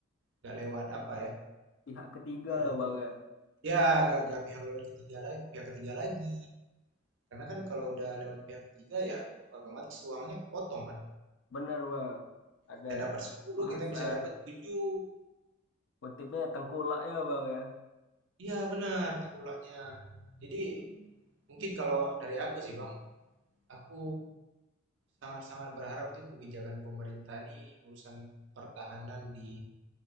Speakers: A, on the right; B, on the left.
A: nggak lewat apa ya?
B: pihak ketiga
A: Eh,
B: bang ya.
A: ya nggak nggak pihak lewat ketiga lagi, pihak ketiga lagi. Karena kan kalau udah lewat pihak ketiga ya otomatis uangnya potong kan.
B: Bener bang, ada
A: Kita dapat sepuluh
B: bahasa
A: kita bisa dapat tujuh
B: kutipnya tengkulaknya bang ya,
A: Iya benar tengkulaknya. Jadi mungkin kalau dari aku sih Bang, aku sangat-sangat berharap tuh kebijakan pemerintah ini urusan pertahanan di